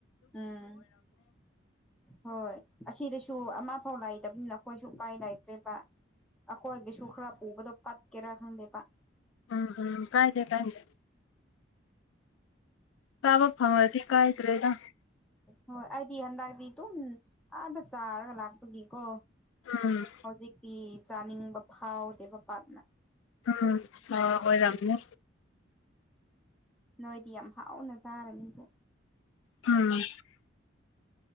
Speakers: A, in the centre; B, on the left.
A: ꯎꯝ ꯍꯣꯏ ꯑꯁꯤꯗꯁꯨ ꯑꯃ ꯐꯥꯎ ꯂꯥꯛ ꯂꯩꯇꯕꯅꯤꯅ ꯑꯩꯈꯣꯏꯁꯨ ꯎꯄꯥꯏ ꯂꯩꯇ꯭ꯔꯦꯕ ꯑꯩꯈꯣꯏꯒꯤꯁꯨ ꯈꯔ ꯄꯨꯕꯗꯣ ꯀꯠꯀꯦꯔꯥ ꯈꯪꯗꯦꯕ
B: ꯎꯝ ꯎꯝ ꯀꯥꯏꯗꯦ ꯀꯥꯏꯗꯦ ꯆꯥꯕ ꯐꯪꯉꯗꯤ ꯀꯥꯏꯗ꯭ꯔꯦꯗ
A: ꯍꯣꯏ ꯑꯩꯗꯤ ꯍꯟꯗꯛꯇꯤ ꯑꯗꯨꯝ ꯑꯥꯗ ꯆꯥꯔꯒ ꯂꯥꯛꯄꯒꯤꯀꯣ
B: ꯎꯝ
A: ꯍꯧꯖꯤꯛꯇꯤ ꯆꯥꯅꯤꯡꯕ ꯐꯥꯎꯗꯦꯕ ꯄꯥꯛꯅ
B: ꯎꯝ ꯑ ꯑꯣꯏꯣꯏꯔꯝꯅꯦ
A: ꯅꯣꯏꯗꯤ ꯌꯥꯝ ꯍꯥꯎꯅ ꯆꯥꯔꯅꯤꯗꯣ
B: ꯎꯝ